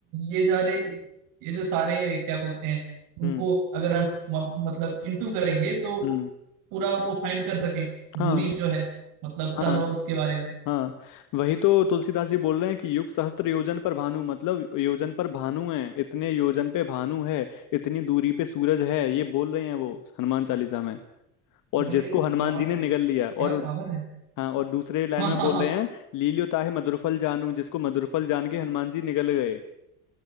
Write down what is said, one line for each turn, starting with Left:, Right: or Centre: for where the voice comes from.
Right: ये जा रहे ये जो सारे क्या बोलते हैं उनको
Left: हम्म
Right: अगर हम म- मतलब इंटू करेंगे तो
Left: हम्म
Right: पूरा वो फाइंड कर सकें दूरी
Left: हाँ
Right: जो है मतलब सन
Left: हाँ
Right: और उसके बारे में
Left: हाँ वही तो तुलसीदास जी बोल रहे हैं कि युग सहस्त्र योजन पर भानु मतलब योजन पर भानु है इतने योजन पे भानु है इतनी दूरी पे सूरज है ये बोल रहे हैं वो हनुमान चालीसा में और
Right: अरे
Left: जिसको हनुमान
Right: वाह
Left: जी ने निगल
Right: ये
Left: लिया और
Right: क्या पावर है
Left: हाँ और दूसरे लाइन
Right: हाँ
Left: में
Right: हाँ
Left: बोल
Right: हाँ
Left: रहे हैं लील्यो ताहि मधुरफल जानू जिसको मधुरफल जान के हनुमान जी निगल गए